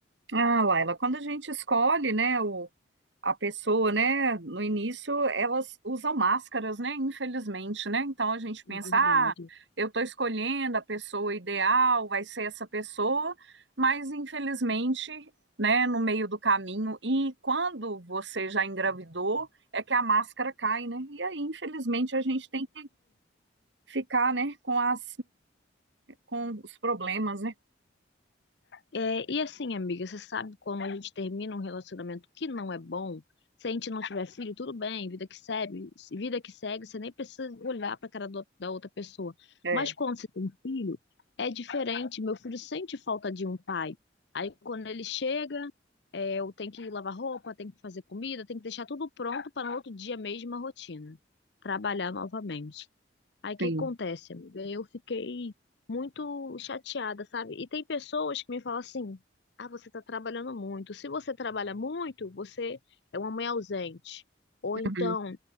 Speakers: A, on the right; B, on the left.
A: Ah, Laila, quando a gente escolhe, né, o, a pessoa, né, no início elas usam máscaras, né, infelizmente, né, então a gente pensa,
B: É verdade.
A: ah, eu estou escolhendo a pessoa ideal, vai ser essa pessoa, mas infelizmente, né, no meio do caminho e quando você já engravidou, é que a máscara cai, né, e aí infelizmente a gente tem que ficar, né, com as, com os problemas, né,
B: é, é, e assim, amiga, você sabe quando a gente termina um relacionamento que não é bom, se a gente não tiver filho, tudo bem, vida que segue, vida que segue, você nem precisa olhar para a cara do- da outra pessoa.
A: é,
B: Mas quando você tem filho, é diferente. Meu filho sente falta de um pai. Aí quando ele chega, é, eu tenho que lavar roupa, tenho que fazer comida, tenho que deixar tudo pronto para no outro dia mesmo a rotina. Trabalhar novamente. Aí o
A: sim,
B: que acontece, amiga? Eu fiquei muito chateada, sabe? E tem pessoas que me falam assim: ah, você tá trabalhando muito. Se você trabalha muito, você é uma mãe ausente. Ou então,
A: uhum,